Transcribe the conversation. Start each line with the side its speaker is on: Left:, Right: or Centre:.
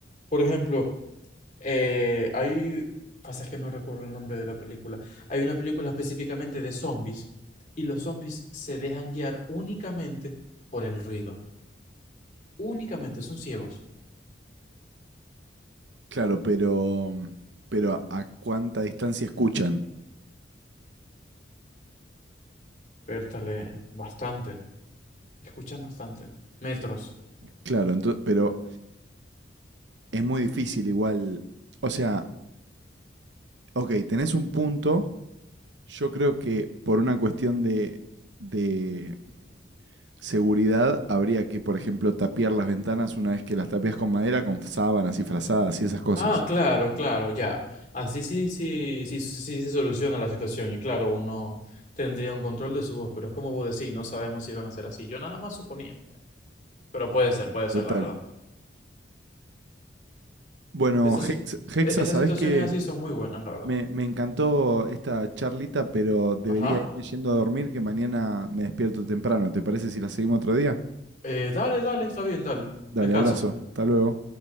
Left: por ejemplo, eh, hay, pasa que no recuerdo el nombre de la película, hay una película específicamente de zombies y los zombies se dejan guiar únicamente por el ruido. Únicamente son ciegos.
Right: claro, pero, pero a, a cuánta distancia escuchan.
Left: Pértale, bastante. Escuchan bastante. Metros.
Right: Claro, ento- pero es muy difícil igual. O sea, ok, tenés un punto. Yo creo que por una cuestión de, de seguridad habría que, por ejemplo, tapiar las ventanas una vez que las tapias con madera, con sábanas y frazadas y esas cosas.
Left: Ah, claro, claro, ya. Así sí, sí, sí, sí, sí se soluciona la situación y claro, uno tendría un control de su voz, pero es como vos decís, no sabemos si van a ser así. Yo nada más suponía, pero puede ser, puede
Right: Total.
Left: ser, la verdad.
Right: Bueno,
Left: Esas,
Right: Hex-
Left: sit-
Right: Hexa,
Left: e- esas
Right: ¿sabés
Left: situaciones
Right: qué?
Left: así son muy buenas, la verdad.
Right: Me, me encantó esta charlita, pero debería
Left: Ajá.
Right: irme yendo a dormir, que mañana me despierto temprano. ¿Te parece si la seguimos otro día?
Left: Eh, dale, dale, está bien, dale.
Right: Dale,
Left: Descansa.
Right: abrazo. Hasta luego.